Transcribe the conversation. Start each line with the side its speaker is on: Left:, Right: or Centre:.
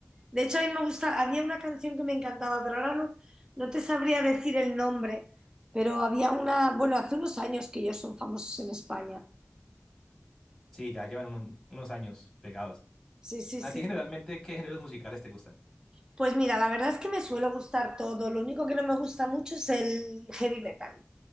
Right: De hecho, a mí me gusta, había una canción que me encantaba, pero ahora no, no te sabría decir el nombre, pero había una, bueno, hace unos años que ellos son famosos en España.
Centre: Sí, ya llevan unos, unos años pegados.
Right: Sí, sí,
Centre: ¿A
Right: sí.
Centre: ti generalmente qué géneros musicales te gustan?
Right: Pues mira, la verdad es que me suele gustar todo, lo único que no me gusta mucho es el heavy metal.